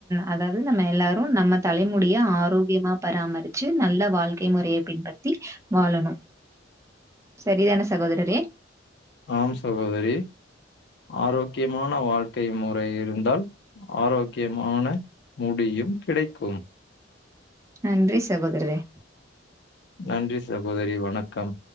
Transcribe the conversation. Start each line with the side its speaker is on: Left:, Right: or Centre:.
Right: அதாவது நம்ம எல்லாரும் நம்ம தலைமுடிய ஆரோக்கியமா பராமரிச்சு நல்ல வாழ்க்கை முறையை பின்பற்றி வாழணும் சரிதானே சகோதரரே
Left: ஆம் சகோதரி ஆரோக்கியமான வாழ்க்கை முறை இருந்தால் ஆரோக்கியமான முடியும் கிடைக்கும்
Right: நன்றி சகோதரரே
Left: நன்றி சகோதரி வணக்கம்